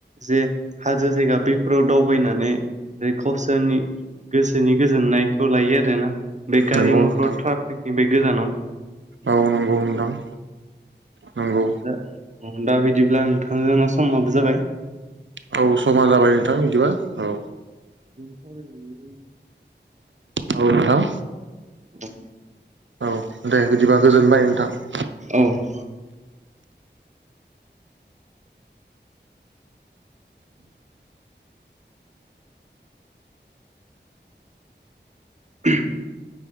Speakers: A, on the right (about 40°); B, on the right (about 85°).
A: जे हाजो जायगा बैफोराव दाव बैनानै जे गावसोरनि गोसोनि गोजोननायखौ लायो आरोना बे गारि
B: नंगौ
A: मटर
B: नोंथां
A: ट्राफिकनि बे गोजानाव
B: औ नोंगौ नोंथां नंगौ
A: द अ दा बिदिब्ला नोंथां समाबो जाबाय।
B: औ समा जाबाय नोंथां बिदिबा औ
A: और <unintelligible>
B: औ नोंथां
A: औ
B: औ दे बिदिबा गोजोनबाय नोंथां
A: औ <unintelligible>